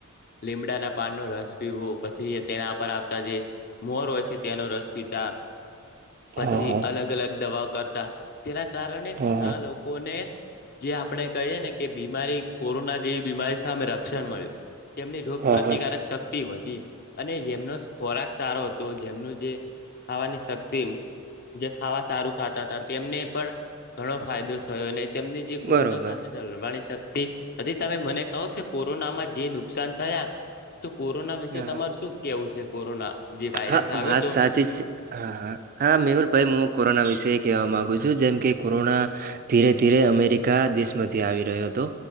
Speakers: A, on the left; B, on the right.
A: લીમડાના પાન નો રસ પીવો પછી તેના પર આવતા જે મોર હોય કે તેનો રસ પીતા પછી
B: હા હા
A: અલગ અલગ દવાઓ કરતા તેના કારણે
B: હા
A: ઘણા લોકોને જે આપણે કહીએ ને કે બીમારી કોરોના જેવી બીમારી સામે રક્ષણ મળ્યું એમની રોગ
B: હા
A: પ્રતિકારક
B: હા
A: શક્તિ વધી અને જેમનો ખોરાક સારો હતો. જેમનું જે ખાવાની શક્તિ જે ખાવા સારું ખાતા હતા તેમને પણ ઘણો ફાયદો થયો અને તેમની જે
B: બરોબર
A: કોરોના
B: હા.
A: સામે લડવાની શક તી હજી તમે મને કહો કે કોરોનામાં જે નુકસાન થયા તો કોરોના વિશે
B: હા.
A: તમાર શું કેવું છે, કોરોના જે વાયરસ
B: હા
A: આવ્યો
B: વાત
A: તો
B: સાચી જ છે, હા હા મેહુલ ભાઈ મુ કોરોના વિષે કહેવા માંગુ છું જેમ કે કોરોના ધીરે ધીરે અમેરિકા દેશ માંથી આવી રહ્યો હતો.